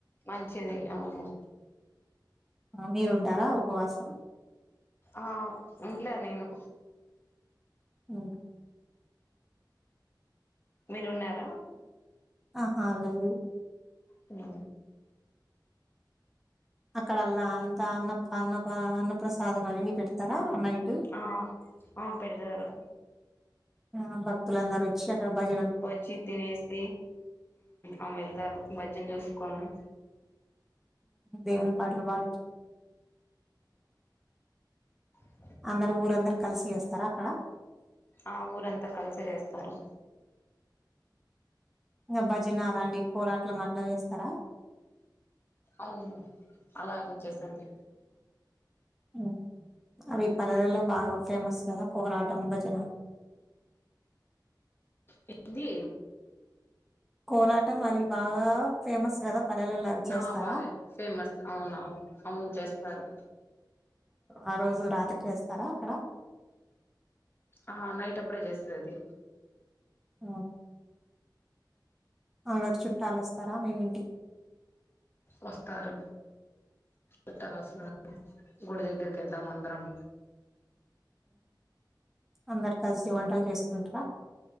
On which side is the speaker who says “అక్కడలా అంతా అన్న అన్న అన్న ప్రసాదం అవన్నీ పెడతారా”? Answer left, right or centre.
Centre